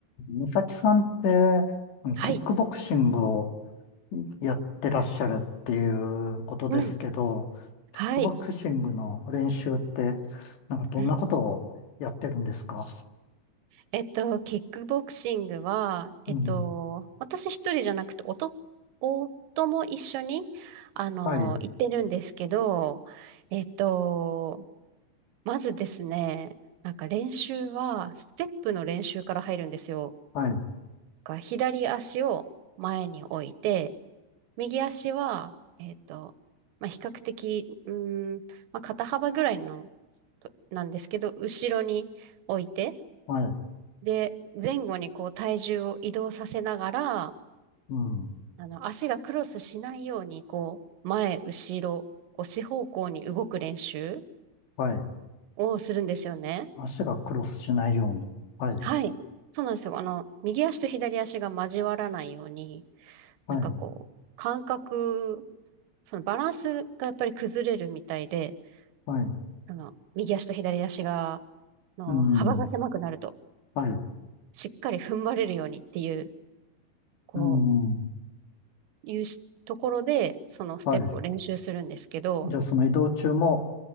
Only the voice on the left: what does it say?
美咲さんって、あのキックボクシングを
やってらっしゃるっていうことですけど、
キックボクシングの練習って、
なんかどんなことをやってるんですか
うん。
はい、
はい、
はい、
うん、
はい。
足がクロスしないように。はい、
はい、
はい、
うん、
はい、
うん、
はい。じゃあその移動中も